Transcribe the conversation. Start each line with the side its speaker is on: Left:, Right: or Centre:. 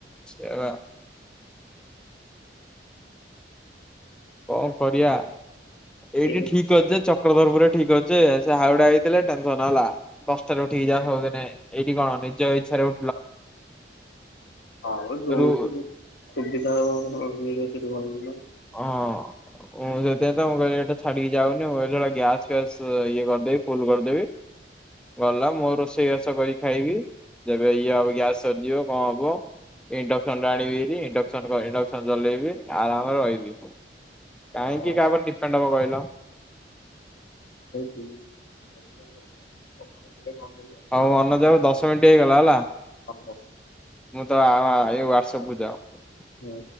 Centre: ସେୟାବା। କଣ କରିବା ଏଇଠି
Left: ଏଇନେ ହୁଁ,
Centre: ଠିକ ଅଛି ଚ ଚକ୍ରଧରପୁର ଠିକ ଅଛି ଯେ ସେ ହାଉଡା ହେଇଥିଲେ ଟେନସନ ହେଲା ଦସଟାରେ ଉଠିକି ଜା ସବୁଦିନି ଏଇଠି କଣ ନିଜ ଇଛାରେ
Left: ଆଉ ଯଉଠି
Centre: ରୁ
Left: ସୁବିଧା ହବ ମିଳିବ ତୁ ଗଲୁନୁ।
Centre: ହଁ। ମୁ ସେଥି ପାଈଁ ତ ମୁଁ କିହିଲି ଏଇଟା ଛାଡିକି ଯାଉନି ମୁଁ କହିଲି ଗ୍ୟାସ ପ୍ୟାସ ଇଏ କରିଦେବି ଫୁଲ କରିଦେବି। ଗଲା ମୁଁ ମୋର ରୋଷଇବାସ କରିକି ଖାଇବି। ଯେବେ ଇଏ ହବ ଗ୍ୟାସ ସରିଯିବ କଣ ହବ ଇଣ୍ଡକ୍ସନ ଟା ଆଣିବି ହାରି ଇ ଇଣ୍ଡକ୍ସନ ଚଲେଇବି ଆରାମରେ ରହିବି। କାହିଁକି
Left: ଆଉ
Centre: କାହାପରେ ଡିପେଣ୍ଡ ହବ କହିଲ?
Left: ହୁଁ।। <unintelligible>
Centre: ହଉ ମୋନଜ ବାବୁ ଦଶ ମିନିଟ ହେଇଗଲା ହେଲା
Left: ହଁ,
Centre: ମୁଁ ତ ଆ ଆ ସବୁ ଯାଅ।
Left: ହଁ।